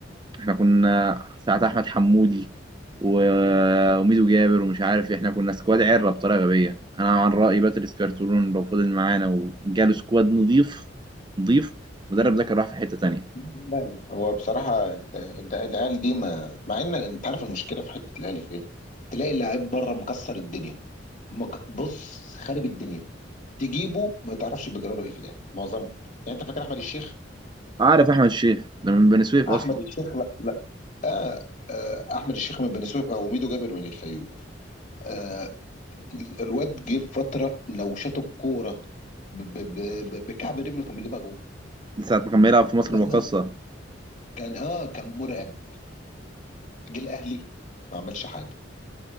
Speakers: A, on the right; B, on the left.
A: احنا كنا ساعة احمد حمودي و- وميدو جابر ومش عارف إيه، احنا كنا سكواد عرة بطريقة غبية انا عن رأيي باتريس كارتولون لو فضل معانا وجاله سكواد نظيف نظيف المدرب ده كان راح في حتة تانية
B: لا لا هو بصراحة انت- انت- العيال دي ما مع ان انت عارف المشكلة في حتة الاهلي في ايه تلاقي اللعيب بره مكسر الدنيا مك... بص خارب الدنيا تجيبه ما تعرفش بيجرى له ايه في الاهلي معظمه يعني انت فاكر احمد الشيخ
A: عارف احمد الشيخ ده من بني سويف
B: احمد
A: اصلا
B: الشيخ لا لا آه آه احمد الشيخ من بني سويف او ميدو جابر من الفيوم آه ال- الواد جه في فترة لو شاط الكورة ب- ب- ب- بكعب رجله كان بيجيبها جول
A: ساعة ما كان بيلعب في مصر
B: لا
A: المقاصة
B: كان اه كان مرعب جه الاهلي ما عملش حاجه